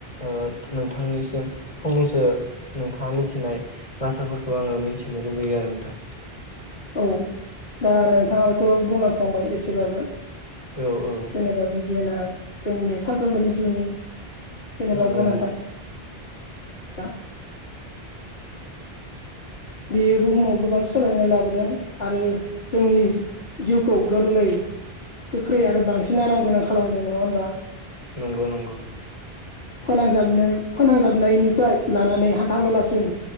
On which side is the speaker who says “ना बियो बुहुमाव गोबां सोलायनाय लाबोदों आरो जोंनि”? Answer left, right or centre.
Left